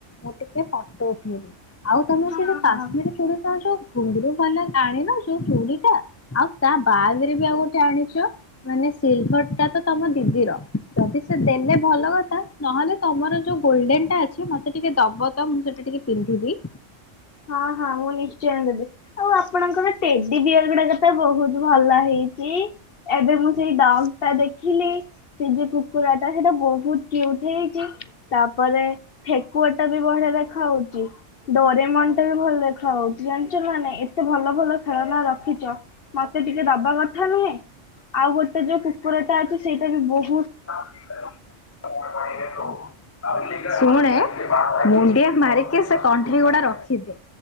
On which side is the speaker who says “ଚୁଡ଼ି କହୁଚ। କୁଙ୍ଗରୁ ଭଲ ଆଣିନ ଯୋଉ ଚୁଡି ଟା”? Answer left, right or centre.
Left